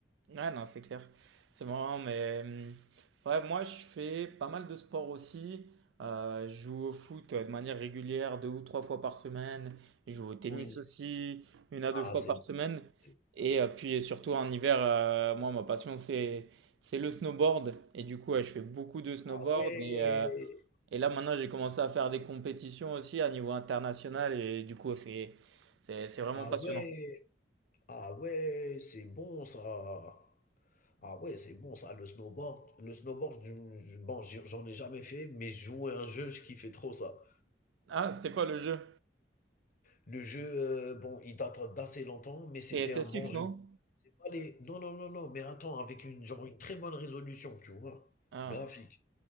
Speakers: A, on the right; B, on the left.
A: Ouais, non, c'est clair. C'est marrant, mais euh, ouais, moi, je fais pas mal de sport aussi. Euh, je joue au foot euh, de manière régulière, deux ou trois fois par semaine. Je joue au tennis
B: Oui.
A: aussi, une à
B: Ah,
A: deux fois
B: c'est
A: par
B: bien,
A: semaine.
B: c'est bien, c'est
A: Et euh, puis, et surtout en hiver, euh, moi, ma passion, c'est c'est le snowboard. Et du coup, ouais, je fais beaucoup de snowboard.
B: ah ouais!
A: Et, euh, et là, maintenant, j'ai commencé à faire des compétitions aussi à niveau international. Et du coup, c'est c'est c'est vraiment
B: Ah
A: passionnant.
B: ouais! Ah ouais! C'est bon ça! Ah ouais, c'est bon ça, le snowboard. Le snowboard, je je bon, j'y j'en ai jamais fait, mais jouer à un jeu, je kiffais trop ça.
A: Ah, c'était quoi le jeu?
B: Le jeu, heu, bon, il date d'assez longtemps, mais
A: C'était
B: c'était
A: SSX,
B: un bon jeu.
A: non?
B: C'est pas les non, non, non, non, mais attends, avec une genre une très bonne résolution, tu vois?
A: Ah.
B: Graphique.